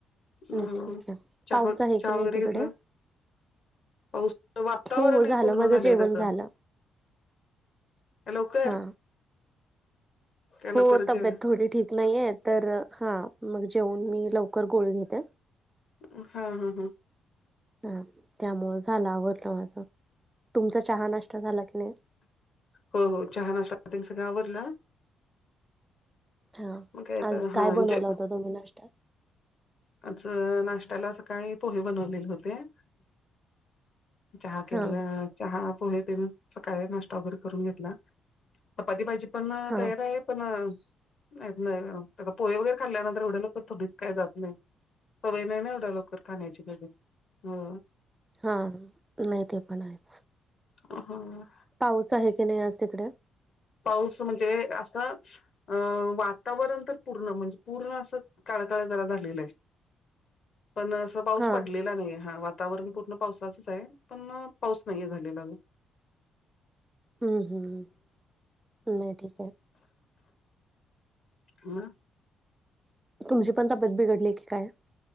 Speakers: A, on the left; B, on the right.
A: अह
B: नाही ठीक आहे
A: चहा
B: पाऊस आहे
A: चहा
B: की नाही
A: वगैरे
B: तिकडे
A: घेतला? पाऊसच वातावरण
B: हो हो
A: आहे
B: झालं
A: पूर्ण
B: माझं
A: झालेय
B: जेवण
A: तसं.
B: झालं
A: लवकर
B: हा
A: त्या लवकर
B: हो तब्येत
A: जे
B: थोडी ठीक नाहीये तर हां मग जेऊन मी लवकर गोळी घेते.
A: अम हा हा हा.
B: हा त्यामुळे झाल आवरलं माझ तुमचा चहा नाश्ता झाला का? हो.
A: हो हो चहा नाश्ता सगळं आवरल
B: हां
A: मग काय आता
B: आज
A: हा
B: काय बनवला
A: जे
B: होता तुम्ही नाश्त्यात?
A: आज नाशत्याला सकाळी पोहे बनवलेले होते. चहा केलेला
B: हा
A: चहा पोहे तेनी सकाळी नाश्ता वगैरे करून घेतला. चपाती भाजी पण
B: हा
A: तयार आहे. पण माहित नाय आता पोहे वगैरे खाल्ल्यानंतर एवढ्या लवकर थोडीच काय जात नाही. सवय नाही नाही एवढ्या लवकर खाण्याची दररोज हो.
B: हां नाही ते पण आहेच.
A: हम्म.
B: पाऊस आहे की नाही आज तिकडे
A: पाऊस म्हणजे असा. अअह वातावरण तर पूर्ण म्हणजे पूर्ण असं काळकाळ जरा झालेलं आहे. पण असं पाऊस
B: हा
A: पडलेला नाहीये, हां वातावरण पूर्ण पावसाचच आहे पण पाऊस नाहीये झालेला अजून.
B: हम्म हम्म हम्म ठीक आहे.
A: हम्म.
B: तुमची पण तब्येत बिघडली की काय